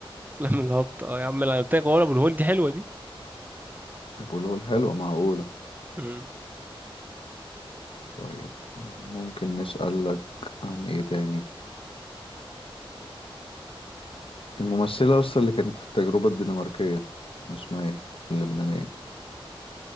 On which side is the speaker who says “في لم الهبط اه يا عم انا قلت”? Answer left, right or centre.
Right